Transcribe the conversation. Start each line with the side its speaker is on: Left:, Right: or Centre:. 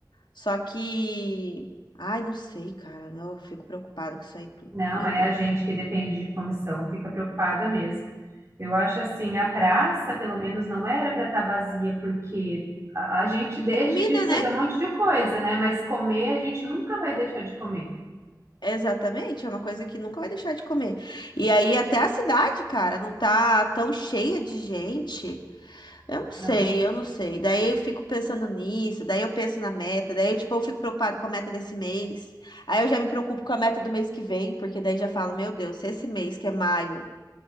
Left: Só que, ai, não sei, cara, eu fico preocupado com isso aí tudo.
Right: Não,
Left: Meu
Right: é
Left: Deus,
Right: a gente que depende de comissão, fica preocupada mesmo. Eu acho assim, a praça,
Left: né?
Right: pelo menos, não era para estar vazia, porque a, a gente deixa
Left: É comida,
Right: de fazer
Left: né?
Right: um monte de coisa, né? Mas comer, a gente nunca vai deixar de comer.
Left: Exatamente, é uma coisa que nunca vai deixar de comer. E aí até a cidade, cara, não tá tão cheia de gente. Eu não sei,
Right: Não.
Left: eu não sei. Daí eu fico pensando nisso, daí eu penso na meta, daí eu, tipo, eu fico preocupado com a meta desse mês. Aí eu já me preocupo com a meta do mês que vem, porque daí já falo, meu Deus, se esse mês que é maio